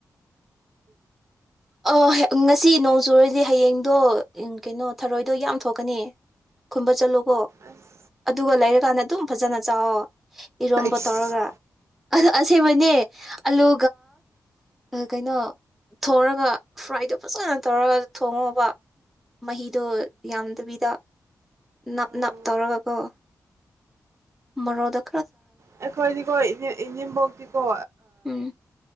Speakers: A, in the centre; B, on the right.
A: ꯑ ꯉꯁꯤ ꯅꯣꯡ ꯆꯨꯨꯔꯗꯤ ꯍꯌꯦꯡꯗꯣ ꯀꯩꯅꯣ ꯊꯔꯣꯏꯗꯣ ꯌꯥꯝ ꯊꯣꯛꯀꯅꯤ ꯈꯨꯝꯕ ꯆꯠꯂꯨ ꯀꯣ
B: ꯑꯁ
A: ꯑꯗꯨꯒ ꯂꯩꯔꯀꯥꯟꯗ ꯑꯗꯨꯝ ꯐꯖꯅ ꯆꯥꯎꯑꯣ ꯏꯔꯣꯝꯕ
B: ꯑꯩꯁ
A: ꯇꯧꯔꯒ ꯑ ꯑꯁꯦꯡꯕꯩꯅꯦ ꯑꯂꯨ ꯀꯩꯅꯣ ꯊꯛ ꯑꯗꯨꯒ ꯐ꯭ꯔꯥꯏꯗꯣ ꯐꯖꯅ ꯇꯧꯔꯒ ꯊꯣꯡꯉꯣꯕ ꯃꯍꯤꯗꯣ ꯌꯥꯝꯗꯕꯤꯗ ꯅꯞ
B: ꯑꯣ
A: ꯅꯞ ꯇꯧꯔꯒꯀꯣ ꯃꯔꯣꯗ
B: ꯑꯩꯈꯣꯏꯒꯤꯀꯣ ꯏꯅꯤꯡꯦꯝꯕꯣꯛꯇꯀꯣ
A: ꯎꯝ